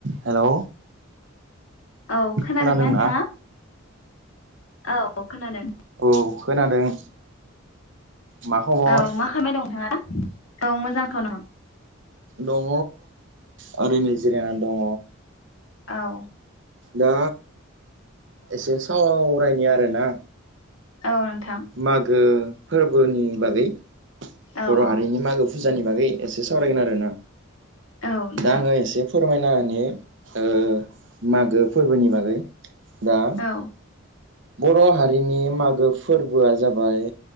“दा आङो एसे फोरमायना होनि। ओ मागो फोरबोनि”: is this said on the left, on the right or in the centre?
Right